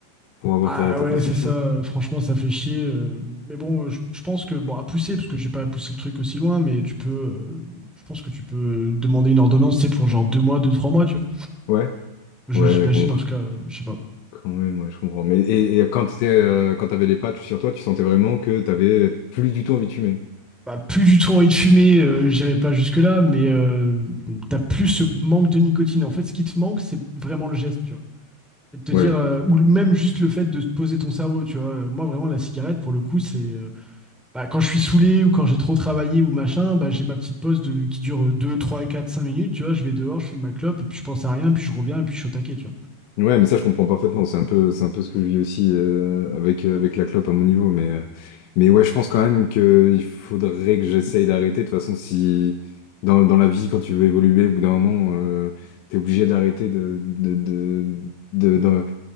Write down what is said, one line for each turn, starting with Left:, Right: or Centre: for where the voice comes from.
Left: pour avoir
Centre: Ah
Left: ta, ta
Centre: ouais,
Left: prescription.
Centre: c'est ça, euh, franchement, ça fait chier. euh, mais bon, euh, je, je pense que, bon, à pousser, parce que j'ai pas poussé le truc aussi loin, mais tu peux, euh, je pense que tu peux demander une ordonnance, c'est pour genre deux mois, deux, trois mois, tu vois.
Left: Ouais,
Centre: Je-
Left: ouais,
Centre: J'imagine,
Left: mais bon.
Centre: en tout cas, euh, je sais pas.
Left: Quand même, ouais, je comprends. Mais et, et quand t'étais, euh, quand t'avais les patchs sur toi, tu sentais vraiment que t'avais plus du tout envie de fumer.
Centre: bah, plus du tout envie de fumer, euh, j'irai pas jusque-là, mais euh, t'as plus ce manque de nicotine. En fait, ce qui te manque, c'est vraiment le geste, tu vois. Et de te
Left: Ouais.
Centre: dire, euh, ou le- même juste le fait de te poser ton cerveau, tu vois. Euh, Moi, vraiment, la cigarette, pour le coup, c'est euh, bah, quand je suis saoulé ou quand j'ai trop travaillé ou machin, bah, j'ai ma petite pause de, qui dure 2 3 4 5 minutes, tu vois. Je vais dehors, je fume ma clope, et puis je pense à rien, puis je reviens, et puis je suis au taquet, tu
Left: Ouais, mais ça, je comprends parfaitement. C'est un peu, c'est un peu ce que je vis aussi euh, avec, euh, avec la clope à mon niveau. Mais, euh, mais ouais, je pense quand même qu'il faudrait que j'essaye d'arrêter. De toute façon, si dans, dans la vie, quand tu veux évoluer, au bout d'un moment, euh, t'es obligé d'arrêter de, de, de, de, de-